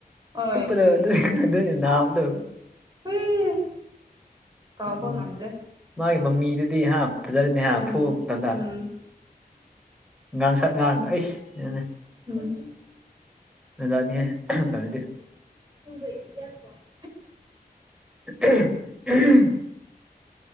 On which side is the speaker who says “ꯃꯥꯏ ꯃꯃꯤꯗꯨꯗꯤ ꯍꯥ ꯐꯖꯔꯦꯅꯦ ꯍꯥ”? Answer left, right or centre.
Centre